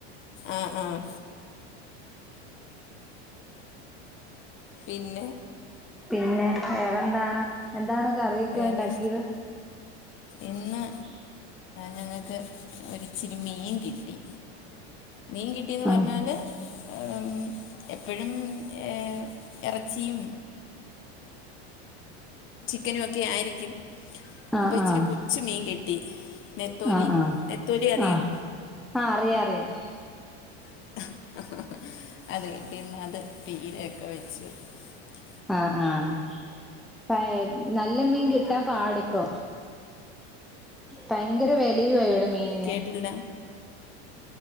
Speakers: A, on the left; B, in the centre.
A: ആഹ് ആഹ് പിന്നെ
B: പിന്നെ വേറെന്താണ് എന്താണ് കറിയൊക്കെ
A: വേറെ
B: ഇണ്ടാക്കിയത് <inaudible>
A: ഇന്ന് ഞങ്ങൾക്ക് ഒരിച്ചിരി മീൻ കി ട്ടി മീൻ കിട്ടീന്ന്
B: ആഹ്
A: പറഞ്ഞാല് ഉം എപ്പോഴും ഏ ഇറച്ചിയും ചിക്കനും ഒക്കെ ആയിരിക്കും
B: ആഹ്
A: അപ്പൊ ഇച്ചിരി
B: ആഹ്
A: കുച്ചു മീൻ കിട്ടി നെത്തോലി
B: ആഹ് ആഹ്
A: നെത്തോലി അറിയോ
B: ആഹ് ആഹ് അറിയാം അറിയാം
A: ഹഹ
B: ആഹ ആഹ പ നല്ല മീൻ കിട്ടാൻ പാടിപ്പം ഭയങ്കര വിലയു മീനിന്
A: കേട്ടില്ല
B: <inaudible>